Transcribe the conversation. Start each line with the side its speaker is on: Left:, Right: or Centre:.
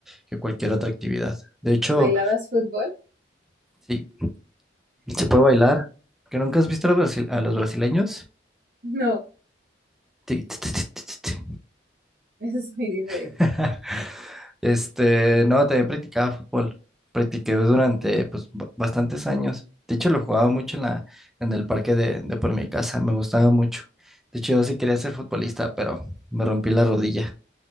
Centre: que cualquier otra actividad. De hecho,
Right: ¿Bailabas fútbol?
Centre: sí, se puede bailar. ¿Que nunca has visto a los, brasi- a los brasileños?
Right: <laughs> No,
Centre: Tic, tic, tic, tic, tic, tic.
Right: eso es muy diferente.
Centre: <laughs> Este, no, también practicaba fútbol. Practiqué durante
Right: Ujú.
Centre: pues, ba- bastantes años. De hecho, lo jugaba mucho en la, en el parque de, de por mi casa. Me gustaba mucho. De hecho, yo sí quería ser futbolista, pero me rompí la rodilla.